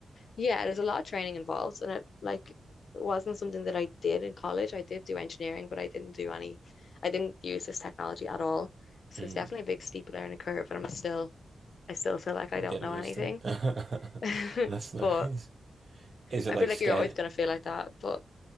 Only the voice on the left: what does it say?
yeah, there's a lot of training involved, and it like wasn't something that I did in college. I did do engineering, but I didn't do any, I didn't use this technology at all. So
it's definitely a big steep learning curve, and I'm still, I still feel like I don't
know
anything.
<laughs>
But
I
feel like
you're always gonna feel like that. But